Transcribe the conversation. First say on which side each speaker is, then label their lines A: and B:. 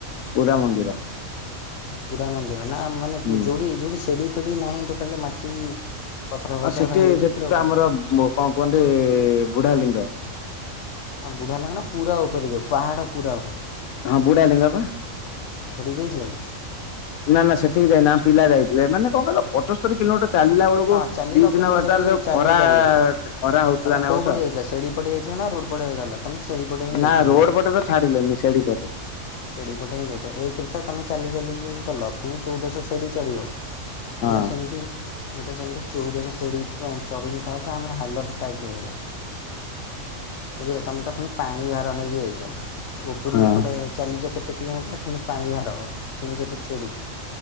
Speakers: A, on the left; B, on the left.
A: ପୁରା ମନ୍ଦିର।
B: ପୁରା ମନ୍ଦିର। ନା ମାନେ
A: ହୁଁ
B: ଯୋଡି ଯୋଡି ସେଡି ଫ୍ରୀ ନାହିଁ ଟୋଟାଲ ମାଟି ପଥର ଫଥର
A: ଆ ସେଠି
B: ହେଇକି
A: ସେଠି
B: ପୁରା
A: ତ
B: ଉପରେ
A: ଆମର କଣ କୁହନ୍ତି ଏ ବୁଢା ଲିଙ୍ଗ।
B: ହଁ ବୁଢ଼ା ଲିଙ୍ଗ ନା ପୁରା ଉପରେ ଯୋଉ ପାହାଡ଼ ପୁରା ଉପରେ
A: ହଁ ବୁଢା ଲିଙ୍ଗ ପା।
B: ଆଉ ସେଠିକି ଯାଇଥିଲ କି?
A: ନା ନା ସେଠିକି ଯାଇନା ଆମ ପିଲା ଯାଇଥିବେ ମାନେ କଣ କହିଲ ପଞ୍ଚସ୍ତରି କିଲୋମିଟର ଚାଲିଲା ବେଳକୁ
B: ହଁ ଚାଲିଲ
A: ଦି ଦିନ
B: ଫେଣି
A: ବାଟରେ
B: ସେଠି
A: ଯୋ
B: ଚାଲି
A: ଖରା
B: ପାରିବନି।
A: ଖରା ହଉଥିଲା
B: ତମେ
A: ନା
B: କୋଉ
A: ଏ ବର୍ଷ,
B: ପଟେ ଯାଇଥିଲ ସେଡି ପଟେ ଯାଇଥିଲ ନା ରୋଡ ପଟେ ଗଲ ତମେ ସେଡି ପଟେ ହିଁ ଯାଇଥିବ
A: ନା ରୋଡ ପଟେ ତ ଛାଡିଲେନି ସେଡି ପଟେ
B: ସିଡି ପଟେ ହିଁ ଯାଇଥିବ ଏକରେ ତ ତମେ ଚାଲି ଚାଲିକି ଗଲ ଫୁଣି ଚଉଦଶ ସିଡି ଚଢ଼ିବ। <unintelligible>
A: ହଁ
B: ସେମିତି ମୁଁ ତ ସେମିତି ଚଉଦଶ ସିଡି ପା ଚଢ଼ିକି ଫାଷ୍ଟ ଆମର ହାଲତ ଟାଇଟ୍ ହେଇଗଲା। ବୁଝିଲ ତମେ ତ ପୁଣି ପାଣି ଭାର ନେଇକି ଯାଇଚ ଉପରୁ
A: ହଁ
B: ଏପଟେ ଇଏ ଯୋଉ କେତେ କିଲୋମିଟର ଫୁଣି ପାଣି ଭାର ଫୁଣି ସେଠି ସିଡ଼ି